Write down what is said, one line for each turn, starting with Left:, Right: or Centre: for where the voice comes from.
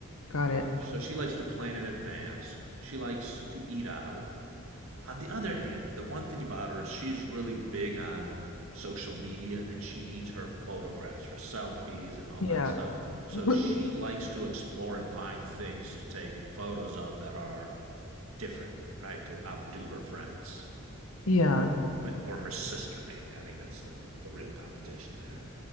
Left: Got
Right: Uh,
Left: it.
Right: so she likes to plan in advance. She likes to eat out. On the other hand, the one thing about her is she's really big on social media and she needs her photographs, her selfies, and all
Left: Yeah.
Right: that stuff. So
Left: <laughs>
Right: she likes to explore and find things to take photos of that are different, right? To outdo her friends
Left: Yeah,
Right: or, or her sister mainly. I think that's the, the real competition there.